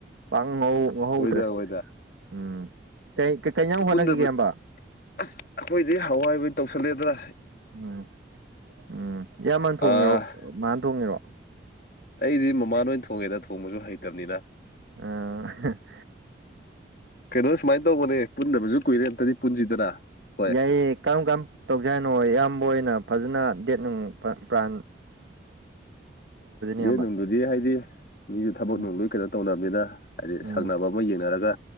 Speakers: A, on the right; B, on the left.
A: ꯀꯉꯧ꯫ ꯉꯧꯍꯧꯗ꯭ꯔꯦ
B: ꯑꯣꯏꯗ ꯑꯣꯏꯗ
A: ꯎꯝ ꯀꯩ ꯏꯟꯁꯥꯡ ꯍꯣꯠꯅꯈꯤꯒꯦ
B: ꯄꯨꯟꯗꯕ
A: ꯏꯌꯝꯕ꯫
B: ꯑꯁ ꯑꯩꯈꯣꯏꯗꯤ ꯍꯋꯥꯏꯕ ꯑꯣꯏꯅ ꯇꯧꯁꯜꯂꯦꯗ꯫
A: ꯎꯝ ꯎꯝ ꯏꯌꯥꯝꯕꯟ ꯊꯣꯡꯉꯦꯔꯣ
B: ꯑꯥ
A: ꯃꯥꯥꯅ ꯊꯣꯡꯉꯦꯔꯣ꯫
B: ꯑꯩꯗꯤ ꯃꯃꯥꯅ ꯑꯣꯏꯅ ꯊꯣꯡꯉꯦꯗ ꯊꯣꯡꯕꯁꯨ ꯍꯩꯇꯕꯅꯤꯅ꯫
A: ꯑ꯫
B: ꯀꯩꯅꯣ ꯁꯨꯃꯥꯏꯅ ꯇꯧꯕꯅꯦ ꯄꯨꯟꯗꯕꯁꯨ ꯀꯨꯏꯔꯦ ꯑꯝꯇꯗꯤ ꯄꯨꯟꯁꯤꯗꯅ꯫ ꯍꯣꯏ
A: ꯌꯥꯏꯌꯦ ꯀꯔꯝ ꯀꯔꯝ ꯇꯧꯖꯔꯤꯅꯣ ꯑꯌꯥꯝꯕ ꯑꯣꯏꯅ ꯐꯖꯅ ꯗꯦꯠ ꯅꯨꯡ ꯄ꯭ꯔꯥꯟ꯫
B: ꯗꯦ
A: ꯏꯌꯥꯝꯕ
B: ꯅꯨꯡꯗꯨꯗꯤ ꯍꯥꯏꯗꯤ ꯃꯤꯁꯨ ꯊꯕꯛ
A: ꯎꯝ
B: ꯅꯨꯡꯗꯣꯏ ꯀꯩꯅꯣ ꯇꯧꯅꯕꯅꯤꯅ ꯍꯥꯏꯗꯤ
A: ꯎꯝ
B: ꯁꯛꯅꯕ꯫ ꯑꯃ ꯌꯦꯡꯅꯔꯒ